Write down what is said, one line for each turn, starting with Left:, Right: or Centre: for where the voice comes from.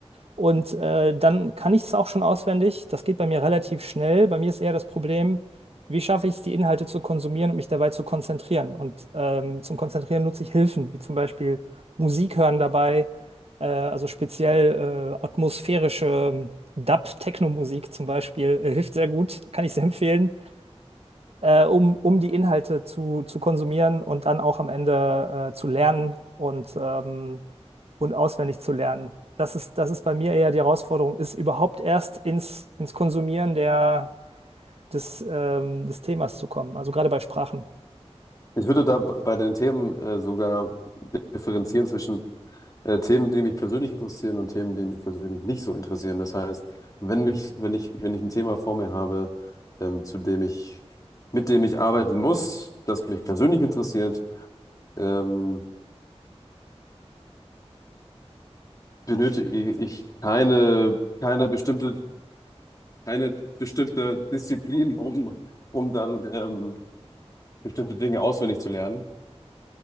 Right: Und äh, dann kann ich es auch schon auswendig. Das geht bei mir relativ schnell. Bei mir ist eher das Problem, wie schaffe ich es, die Inhalte zu konsumieren und mich dabei zu konzentrieren. Und ähm, zum Konzentrieren nutze ich Hilfen, wie zum Beispiel Musik hören dabei, äh, also speziell äh, atmosphärische ähm, Dub-Techno-Musik zum Beispiel, äh, hilft sehr gut, kann ich sehr empfehlen äh, um, um die Inhalte zu, zu konsumieren und dann auch am Ende äh, zu lernen und, ähm, und auswendig zu lernen. Das ist, das ist bei mir eher die Herausforderung, ist überhaupt erst ins, ins Konsumieren der, des, ähm, des Themas zu kommen. Also gerade bei Sprachen.
Left: Ich würde da b- bei den Themen äh, sogar differenzieren zwischen äh, Themen, die mich persönlich interessieren und Themen, die mich persönlich nicht so interessieren. Das heißt, wenn mich, wenn ich, wenn ich ein Thema vor mir habe, ähm, zu dem ich, mit dem ich arbeiten muss, das mich persönlich interessiert, ähm, benötige ich keine, keine bestimmte, keine bestimmte Disziplin, um, um dann ähm, bestimmte Dinge auswendig zu lernen,